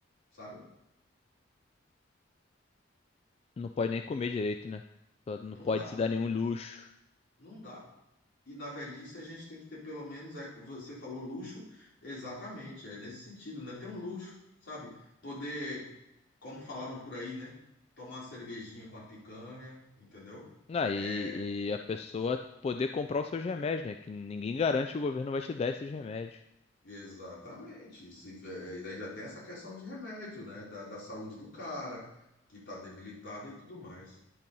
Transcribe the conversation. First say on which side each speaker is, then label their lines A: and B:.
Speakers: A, on the left; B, on the left.
A: sabe?
B: Não pode nem comer direito, né? Só Não
A: Não
B: pode
A: dá,
B: se dar nenhum luxo.
A: Não dá. E na velhice a gente tem que ter pelo menos, é, você falou luxo, exatamente, é nesse sentido, né? Ter um luxo, sabe? Poder, como falaram por aí, né? Tomar uma cervejinha com a picanha, entendeu?
B: Ah, e,
A: É,
B: e a pessoa poder comprar os seus remédios, né? Que ninguém garante que o governo vai te dar esses remédios.
A: exatamente. Se, vê- é, e ainda tem essa questão de remédio, né? Da, da saúde do cara, que tá debilitada e tudo mais.